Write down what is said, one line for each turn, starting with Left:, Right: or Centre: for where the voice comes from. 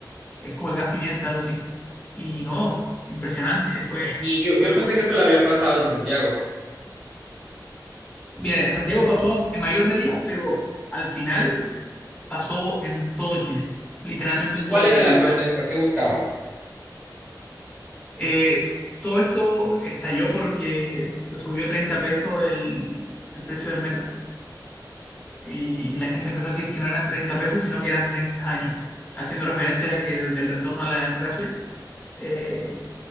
Left: Es como el gas pimienta, algo así. Y no, impresionante, <laughs> fue,
Centre: Y yo, yo
Left: fue loco.
Centre: pensé que eso le había pasado en Santiago.
Left: Mira, en Santiago pasó en mayor medida, pero al final pasó en todo Chile, literalmente
Centre: ¿Y, y
Left: en
Centre: cuál
Left: todo
Centre: era
Left: Chile.
Centre: la
Left: O
Centre: protesta?
Left: sea,
Centre: ¿Qué buscaban?
Left: eh, todo esto estalló porque se subió 30 pesos el, el precio del metro y, y la gente empezó a decir que no eran 30 pesos, sino que eran 30 años, haciendo referencia a que desde el retorno a la democracia eh,